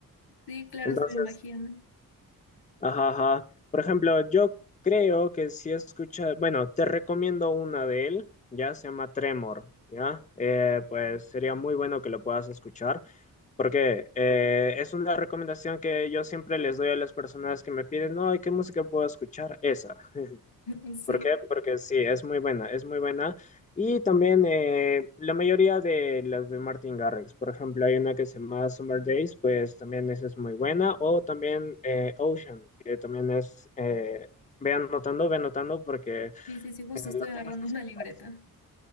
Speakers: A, on the left; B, on the left.
A: Sí, claro,
B: Entonces,
A: se me imagina.
B: Ajá, ajá. Por ejemplo, yo creo que si escuchas, bueno, te recomiendo una de él, ya se llama Tremor, ya. Eh, pues sería muy bueno que lo puedas escuchar, porque eh, es una recomendación que yo siempre les doy a las personas que me piden, no, ¿y qué música puedo escuchar? Esa.
A: <laughs> Sí,
B: ¿Por qué? Porque sí, es muy buena, es muy buena. Y también eh, la mayoría de las de Martin Garrix, por ejemplo, hay una que se llama Summer Days, pues también esa es muy buena. O también eh, Ocean, que también es, eh, ve anotando, ve anotando, porque
A: sí, sí, sí, justo
B: eh,
A: estoy
B: lo tienes
A: agarrando
B: que escuchar.
A: una libreta.
B: ¿sí?